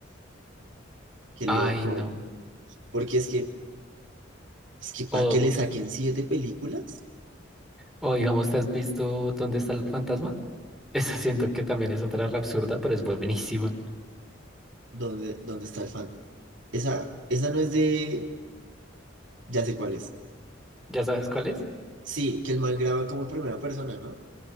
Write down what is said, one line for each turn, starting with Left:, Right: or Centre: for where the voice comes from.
Right: Qué loco.
Centre: Ay, no.
Right: Porque es que, es que ¿para
Centre: O,
Right: qué le saquen siete películas?
Centre: o digamos, ¿te has visto Dónde está el fantasma? <laughs> Esa siento que también es otra re absurda, pero es buenísima.
Right: ¿Dónde, dónde está el fan? Esa, esa no es de... Ya sé cuál es.
Centre: ¿Ya sabes cuál es?
Right: Sí, que el man graba como en primera persona, ¿no?